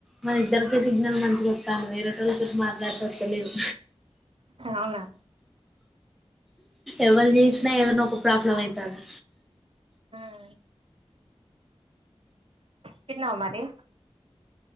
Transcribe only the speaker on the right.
అవునా
ఆ కన్న ఉ మరి